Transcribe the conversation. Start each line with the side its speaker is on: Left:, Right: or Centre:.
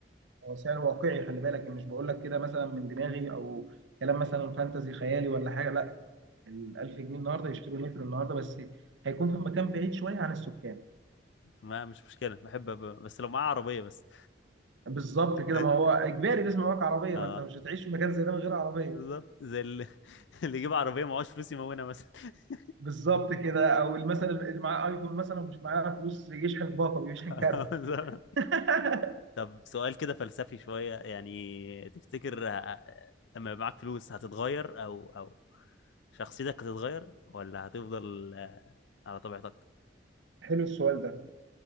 Right: هو سعر واقعي خلي بالك مش بقول لك كده مثلا من دماغي او كلام مثلا فانتزي خيالي ولا حاجه لا ال 1000 جنيه النهارده يشتروا متر النهارده بس هيكون في مكان بعيد شويه عن السكان
Left: ما مش مشكله بحب أب- بس لو معاه عربيه بس
Right: بالظبط
Left: <laughs>
Right: كده ما هو اجباري لازم يبقى معاك عربيه
Left: اه
Right: ما انت مش هتعيش في مكان زي ده من غير عربيه
Left: بالظبط زي اللي, <laughs> اللي يجيب عربيه معهوش فلوس يمونها مثلا <laughs>
Right: بالظبط كده او مثلا اللي معاه ايفون مثلا ومش معاه فلوس يشحن باقه بيشحن
Left: آه،
Right: كارت
Left: بالظبط.
Right: <laughs>
Left: طب سؤال كده فلسفي شوية يعني تفتكر ه- لما يبقى معاك فلوس هتتغير أو أو شخصيتك هتتغير ولا هتفضل على طبيعتك؟
Right: حلو السؤال ده